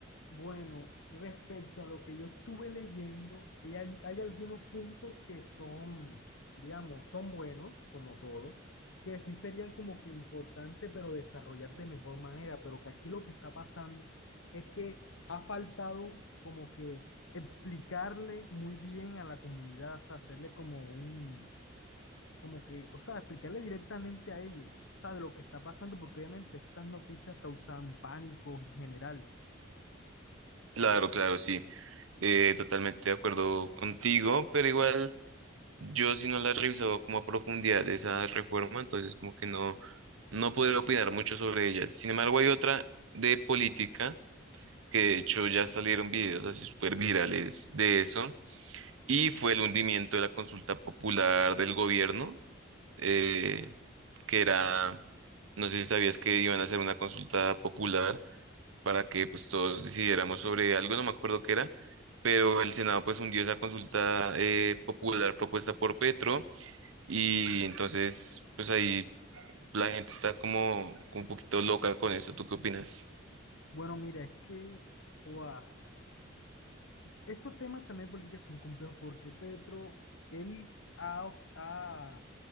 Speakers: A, on the left (about 70°); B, on the right (about 80°).
A: Bueno, respecto a lo que yo estuve leyendo, y hay, hay algunos puntos que son, digamos, son buenos, como todo, que sí serían como que importantes, pero desarrollar de mejor manera, pero que aquí lo que está pasando es que ha faltado como que explicarle muy bien a la comunidad, o sea, hacerle como un, como que, o sea, explicarle directamente a ellos, o sea, de lo que está pasando, porque obviamente estas noticias causan pánico en general.
B: Claro, claro, sí. Eh, totalmente de acuerdo contigo, pero igual yo si no la he revisado como a profundidad de esa reforma, entonces como que no, no podré opinar mucho sobre ella. Sin embargo, hay otra de política que de hecho ya salieron videos así súper virales de eso, y fue el hundimiento de la consulta popular del gobierno, eh, que era, no sé si sabías que iban a hacer una consulta popular para que pues todos decidiéramos sobre algo, no me acuerdo qué era, pero el Senado pues hundió esa consulta eh, popular propuesta por Petro y entonces pues ahí la gente está como, como un poquito loca con eso, ¿tú qué opinas?
A: Bueno, mira, es que, joa, estos temas también de política son complejos porque Petro, él ha, of- ha